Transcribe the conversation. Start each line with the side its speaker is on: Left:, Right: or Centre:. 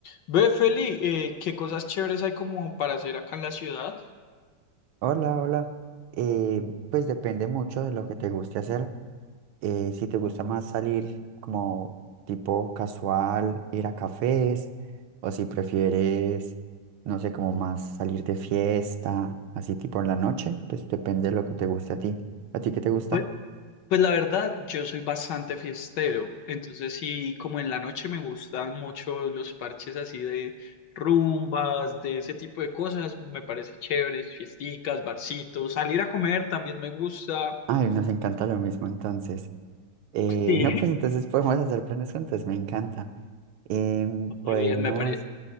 Left: Ve, Feli, eh, ¿qué cosas chéveres hay como para hacer acá en la ciudad?
Right: Hola, hola. Eh, pues depende mucho de lo que te guste hacer. Eh, si te gusta más salir como tipo casual, ir a cafés, o si prefieres, no sé, como más salir de fiesta, así tipo en la noche, pues depende de lo que te guste a ti. ¿A ti qué te gusta?
Left: Pues, pues la verdad, yo soy bastante fiestero, entonces sí, como en la noche me gustan mucho los parches así de rumbas, de ese tipo de cosas, me parece chéveres, fiesticas, barcitos, salir a comer también me gusta,
Right: Ay, nos encanta lo mismo entonces. Eh,
Left: <laughs> sí,
Right: no, pues entonces <laughs> podemos hacer planes juntos, me encanta. Em, podemos...
Left: re bien, me parece.